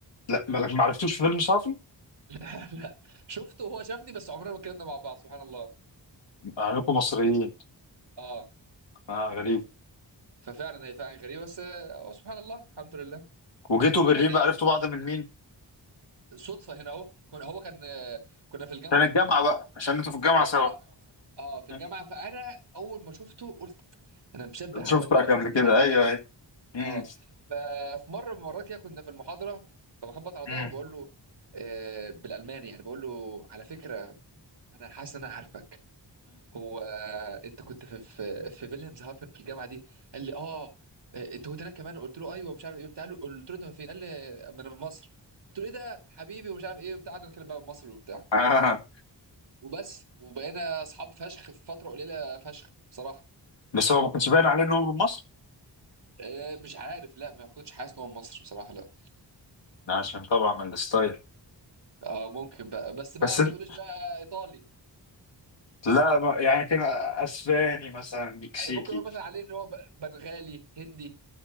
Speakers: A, on the left; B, on the right.
A: لا ما- لكن ما عرفتوش في فيلم صافن
B: <laughs> لا شفته وهو شافني بس عمرنا ما اتكلمنا مع بعض سبحان الله
A: انكم مصريين
B: اه
A: اه غريب
B: ففعلا هي فعلا غريبه بس آه، هو سبحان الله الحمد لله
A: وجيتوا برلين
B: يعني
A: بقى عرفتوا بعض من مين؟
B: صدفه هنا اهو كنا هو كان آه، كنا في الجامعه
A: كان الجامعه بقى عشان انتوا في الجامعه
B: في الجامعه
A: سوا
B: اه في الجامعه
A: أمم.
B: فانا اول ما شفته قلت انا مشبه على
A: شفتك
B: الواد ده انا شفته
A: قبل كده
B: فين قبل
A: ايوه
B: كده
A: ايوه امم
B: اه ففي مره من المرات كده كنا في المحاضره فبخبط على ظهره
A: امم
B: بقول له آه بالالماني يعني بقول له على فكره انا حاسس ان انا عارفك هو آه، انت كنت في في في فيلهمز هافن في الجامعه دي قال لي اه آه، انت كنت هناك كمان قلت له ايوه مش عارف ايه بتاع قلت له انت من فين قال لي ما انا من مصر قلت له ايه ده حبيبي ومش عارف ايه وبتاع قعدنا نتكلم بقى من مصر وبتاع
A: أمم.
B: وبس وبقينا اصحاب فشخ في فتره قليله فشخ بصراحه
A: بس هو ما كانش باين عليه ان هو من مصر
B: آه، مش عارف لا ما كنتش حاسس ان هو من مصر بصراحه لا
A: ده عشان طبعا الستايل
B: اه ممكن بقى بس بقى
A: بس انت-
B: ما تقوليش بقى ايطالي
A: لا ما- يعني كان اسباني مثلا مكسيكي
B: انا ممكن اقول مثلا عليه ان هو ب- بنغالي هندي